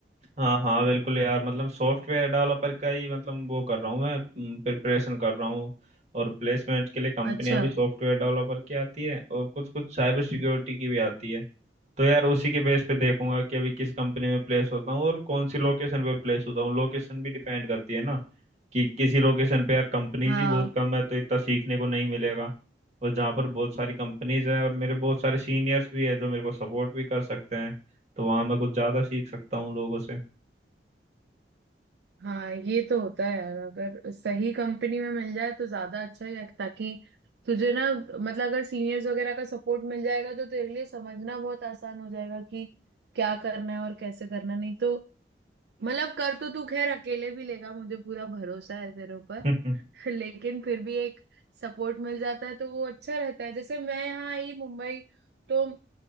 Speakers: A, on the right; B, on the right.
A: हाँ हाँ बिल्कुल यार मतलब सॉफ्टवेयर डेवलपर का ही मतलब वो कर रहा हूँ मैं प्रिपरेशन कर रहा हूँ और प्लेसमेंट के लिए कंपनियां
B: अच्छा
A: भी सॉफ्टवेयर डेवलपर की आती है और कुछ कुछ साइबर सिक्योरिटी की भी आती है तो यार उसी के बेस पे देखूंगा कि अभी किस कंपनी में प्लेस होता हूँ और कौन सी लोकेशन पे प्लेस होता हूँ लोकेशन भी डिपेंड करती है ना कि किसी लोकेशन पे यार कंपनीज
B: हाँ
A: ही बहुत कम है तो इतना सीखने को नहीं मिलेगा और जहाँ पर बहुत सारी कंपनीज है और मेरे बहुत सारे सीनियर्स भी है जो मेरे को सपोर्ट भी कर सकते हैं तो वहाँ मैं कुछ ज़्यादा सीख सकता हूँ लोगों से
B: हाँ ये तो होता है यार अगर सही कंपनी में मिल जाए तो ज्यादा अच्छा है ताकि तुझे ना मतलब अगर सीनियर्स वगैरह का सपोर्ट मिल जाएगा तो तेरे लिए समझना बहुत आसान हो जाएगा कि क्या करना है और कैसे करना नहीं तो मतलब कर तो तू खैर अकेले भी लेगा मुझे पूरा भरोसा है तेरे ऊपर
A: <laughs>
B: <laughs> लेकिन फिर भी एक सपोर्ट मिल जाता है तो वो अच्छा रहता है जैसे मैं यहाँ आई मुंबई तो